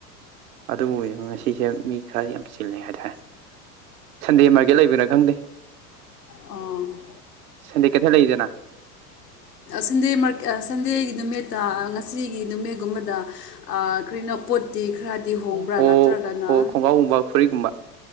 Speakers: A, on the right; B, on the left.
A: ꯑꯗꯨꯕꯨ ꯑꯣꯏꯗ ꯉꯁꯤꯁꯦ ꯃꯤ ꯈꯔꯗꯤ ꯌꯥꯝ ꯆꯤꯜꯂꯦ ꯍꯥꯏꯇꯥꯔꯦ ꯁꯟꯗꯦ ꯃꯥꯔꯀꯦꯠ ꯂꯩꯕꯔꯥ ꯈꯪꯗꯦ
B: ꯑ ꯎꯝ
A: ꯁꯟꯗꯦ ꯀꯩꯊꯦꯜ ꯂꯩꯗꯅ
B: ꯁꯟꯗꯦ ꯁꯟꯗꯦꯒꯤ ꯅꯨꯃꯤꯠꯇ ꯉ ꯁꯤꯒꯤ ꯅꯨꯃꯤꯠꯒꯨꯝꯕꯗ ꯀꯩꯅꯣ ꯄꯣꯠꯇꯤ ꯈꯔꯗꯤ ꯍꯣꯡꯕ꯭ꯔꯥ
A: ꯍꯣ
B: ꯅꯠꯇ꯭ꯔꯒꯅ
A: ꯍꯣ ꯈꯣꯡꯒ꯭ꯔꯥꯎꯒꯨꯝꯕ ꯐꯨꯔꯤꯒꯨꯝꯕ